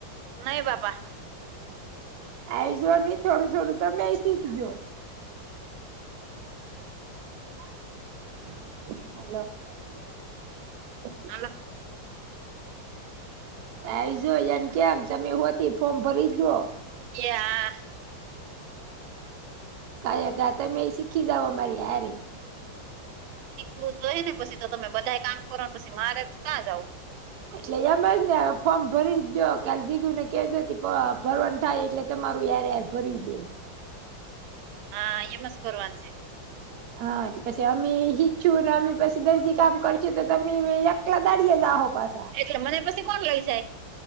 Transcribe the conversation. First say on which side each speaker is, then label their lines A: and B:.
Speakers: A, on the right; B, on the right.
A: નહી બાપા.
B: આઈજો નહી થોડું થોડું તમેય શીખજો. <inaudible>
A: <inaudible>
B: હાલો. <inaudible>
A: હલો.
B: આઈ જો એમ કેમ તમે હોતી ફોર્મ ભરીજો.
A: એ હા
B: કાલે કા તમે એ શીખી જાવો અમારી હરી.
A: શીખવું તોય હે ને પછી તો તમે બધા કામ કરો ને પછી મારે ત્યાં જાવું?
B: એટલે એમ જ ને ફોર્મ ભરી દયો કાલે જીગું ને કેજતી ભરવાનું થાય એટલે તમારું યારે ભરી દે.
A: હા એમ જ કરવાનું છે.
B: હા પછી અમે હિખછું ને અમે પછી દરજી કામ કરશું તો તમે <unintelligible> કેટલા દાઢીએ જહો પાછા?
A: એટલે મને પછી કોણ લઈ જાય?